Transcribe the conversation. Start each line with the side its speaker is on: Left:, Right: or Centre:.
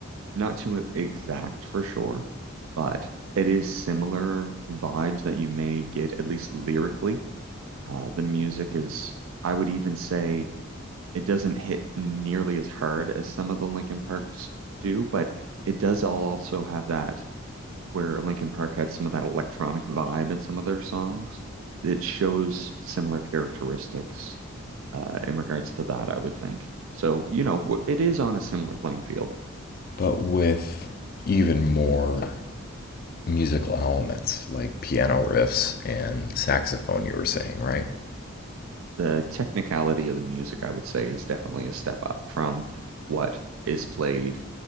Right: not too exact for sure, but it is similar vibes that you may get, at least lyrically. Uh, the music is, I would even say, it doesn't hit nearly as hard as some of the Linkin Parks do, but it does all also have that where Linkin Park had some of that electronic vibe in some of their songs. It shows similar characteristics uh, in regards to that, I would think. So, you know, w- it is on a similar playing field.
Left: but with even more musical elements like piano riffs and saxophone? You were saying, right?
Right: the technicality of the music, I would say, is definitely a step up from what is played